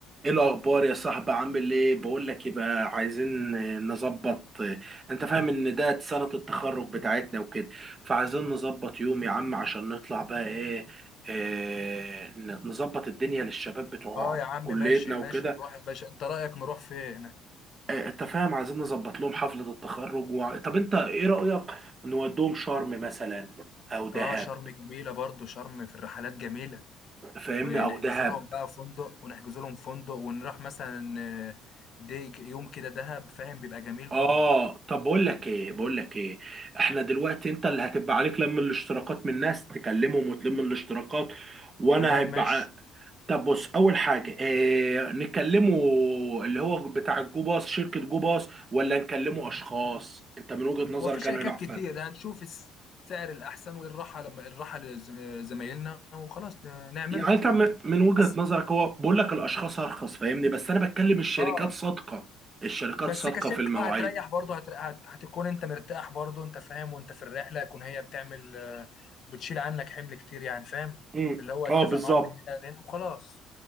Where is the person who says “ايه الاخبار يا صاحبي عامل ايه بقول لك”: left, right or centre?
Right